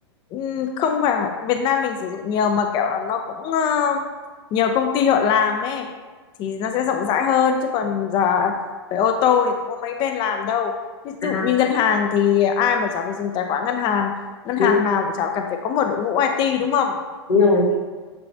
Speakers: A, on the left; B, on the left.
A: Ừ, Không phải Việt Nam mình sử dụng nhiều mà kiểu là nó cũng ờ, nhiều công ty họ làm ấy thì nó sẽ rộng rãi hơn chứ còn giờ phải ô tô thì cũng có mấy bên làm đâu. Ví
B: À,
A: dụ như ngân hàng thì ai mà chả phải dùng tài khoản ngân hàng, ngân
B: ừ,
A: hàng nào cũng chả cần phải có một đội ngũ IT đúng không?
B: đúng rồi.